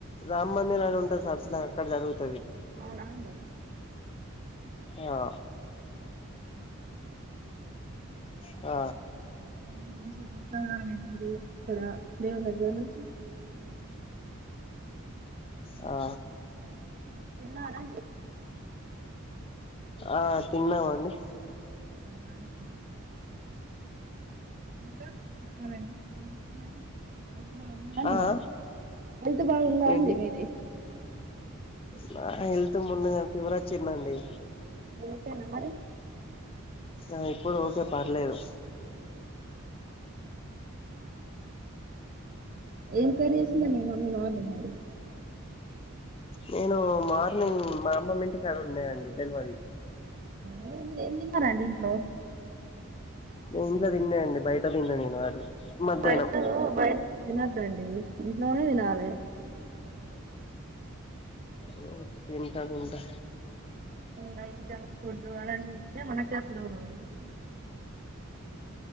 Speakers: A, on the left; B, on the right.
A: రామ్ మందిరాన్ని ఉంటుంది స అసలా అక్కడ జరుగుతు
B: ఆనా అలాక
A: ఆ ఆ
B: మనిష ప్రసాదర అతేరు ఇక్కడ దేవనగరంలో
A: ఆ
B: ఎన్నార
A: ఆ తిన్నామండి
B: అ అే ఇంకాే చెప్పాలండి ఏం చెప్స్తున్నారు ఎంత బాగుందాంది
A: ఆ
B: మరి
A: ఆ
B: ఎంత బాగుందా అంది
A: ఏంటి
B: మీది
A: నా హెల్త్ ముందు ఫీవర్ వచ్చిందండి
B: అద ఓకేనా మరి
A: ఆ ఇప్పుడు ఓకే పర్లేదు
B: ఏం కరీ ఇసంద న మమ్మీ మార్ మరి
A: నేను మార్నింగ్ మా అమ్మ ఇంటికిడ ఉన్నాయంండి తెలివది
B: మీ ఎండి న
A: నేను ఇంట్లో తిన్నా అండి బయట తిన్నాను నేను అటు మధ్యాహ్నం
B: బైతు బయ దినద్దండి ఇంట్లోనే దిన ఆళ
A: ఓ తిన్టా తిన్ంటా
B: నైట్ జంక్ ఫుడ్ అలాంటిే మనకిసలు ఉ <inaudible>